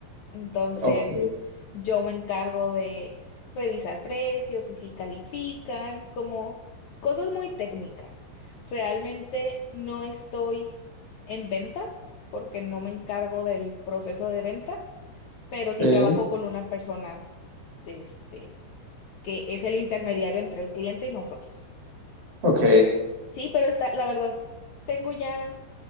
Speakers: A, on the left; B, on the right.
A: Entonces,
B: ok,
A: yo me encargo de revisar precios y si califican, como cosas muy técnicas. Realmente no estoy en ventas porque no me encargo del proceso de venta, pero
B: sí,
A: sí trabajo con una persona, este, que es el intermediario entre el cliente y nosotros.
B: ok.
A: Sí, pero está, la verdad, tengo ya